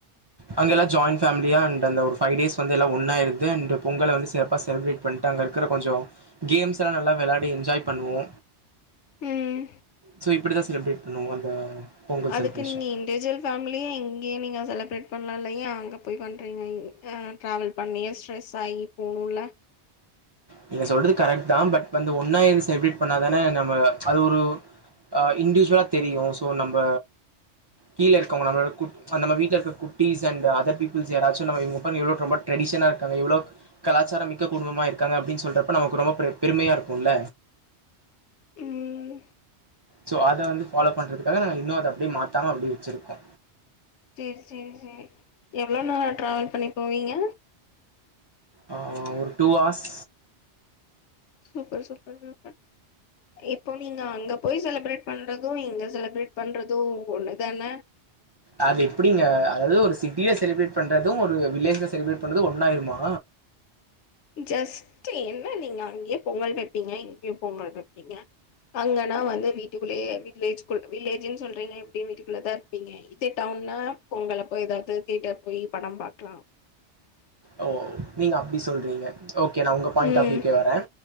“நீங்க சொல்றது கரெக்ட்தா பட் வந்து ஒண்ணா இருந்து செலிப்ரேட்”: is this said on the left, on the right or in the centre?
Right